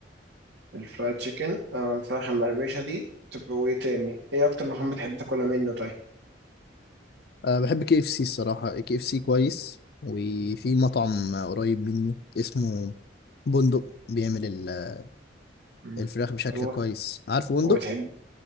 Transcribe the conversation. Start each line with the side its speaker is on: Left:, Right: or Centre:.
Right: الفرايد تشيكن أو الفراخ المقرمشة دي طب وإيه تاني؟ إيه أكتر مكان بتحب تاكلها منه طيب؟
Left: أه بحب كي اف سي الصراحة كي اف سي كويس وفي مطعم قريب مني اسمه بندق بيعمل ال-
Right: مم.
Left: الفراخ بشكل
Right: طب هو
Left: كويس عارف بندق؟
Right: هو بتحب